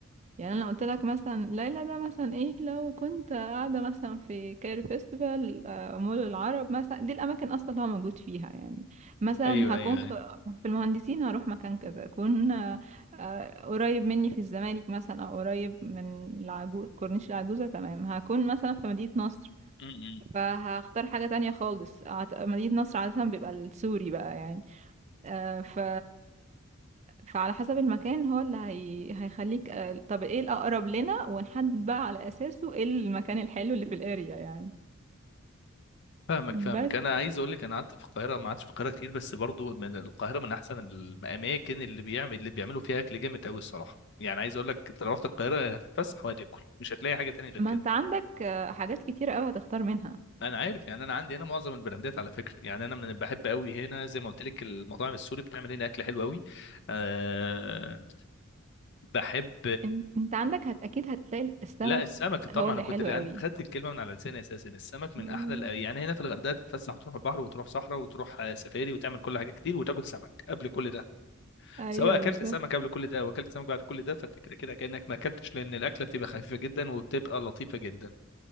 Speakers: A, on the right; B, on the left.
A: يعني انا قلت لك مثلا ليلى ده مثلا ايه لو كنت قاعدة مثلا في كايرو فيستيفال آه، مول العرب مثلا دي الاماكن اصلا اللي هو موجود فيها يعني مثلا
B: ايوه ايوه
A: هكون خ... في المهندسين هروح مكان كذا اكون آه، آه، قريب مني في الزمالك مثلا او قريب من العجوز كورنيش العجوزة تمام هكون مثلا في مدينة نصر
B: ايوه
A: فهختار حاجة تانية خالص عت- مدينة نصر عادة بيبقى السوري بقى يعني آه، ف فعلى حسب المكان هو اللي هي... هيخليك آه، طب ايه الأقرب لنا ونحدد بقى على أساسه ايه المكان الحلو اللي في الاريا يعني
B: فاهمك فاهمك
A: بس
B: انا عايز اقول لك انا قعدت في القاهره ما قعدتش في القاهره كتير بس برضو من القاهره من احسن الاماكن اللي بيعمل اللي بيعملوا فيها اكل جامد قوي الصراحه يعني عايز اقول لك انت لو رحت القاهره هتتفسح وهتاكل مش هتلاقي حاجه تانية غير
A: ما
B: كده
A: انت عندك آه، حاجات كتير قوي هتختار منها
B: انا عارف يعني انا عندي هنا معظم البراندات على فكره يعني انا من بحب قوي هنا زي ما قلت لك المطاعم السوري بتعمل هنا اكل حلو قوي أه بحب
A: ان- انت عندك هت... اكيد هتلاقي السمك
B: لا السمك طبعا
A: هو اللي
B: انا كنت
A: حلو
B: انت
A: قوي
B: خدت الكلمه من على لساني اساسا السمك من
A: مم.
B: احلى الأ- يعني هنا في الغردقه تتفسح وتروح البحر وتروح صحراء وتروح آه، سفاري وتعمل كل حاجه كتير وتاكل سمك قبل كل ده
A: ايوه
B: سواء اكلت
A: بالظبط
B: سمك قبل كل ده واكلت سمك بعد كل ده فانت كده كده كانك ما اكلتش لان الاكله بتبقى خفيفه جدا وبتبقى لطيفه جدا